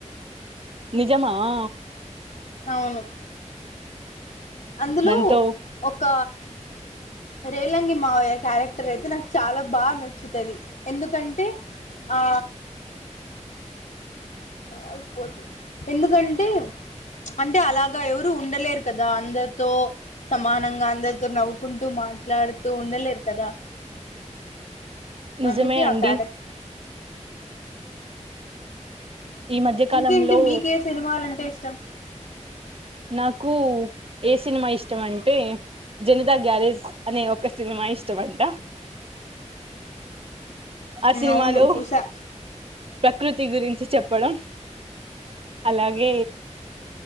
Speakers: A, on the right; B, on the left.
A: నిజమావా
B: అవును అందులో
A: దాంతో
B: ఒక రేలంగి మావయ క్యారెక్టర్ ర్ అయితే నాకు చాలా బాగా నచ్చుతుది ఎందుకంటే ఆ అయిపోతుంది ఎందుకంటే అంటే అలాగగా ఎవరు ఉండలేరు కదా అంద తో సమానంగా అందరితో నవ్వుకుంటూ మాట్లాడుతూ ఉండలేరు కదా
A: నిజమే
B: అందుకె
A: అండి
B: ఆ క్యారే
A: ఈ మధ్య కాలంలో
B: ఇంకేంటి మీకే సినిమాలు అంటే ఇస్ట త్తం
A: నాకు ఏ సినిమా ఇష్టం అంటే జనితా గ్యారేజ్ అనే ఒక సినిమా ఇష్టం అంట ఆ సినిమాలో
B: అవును చూసా
A: ప్రకృతి తి గురించి చెప్పడం అలాగే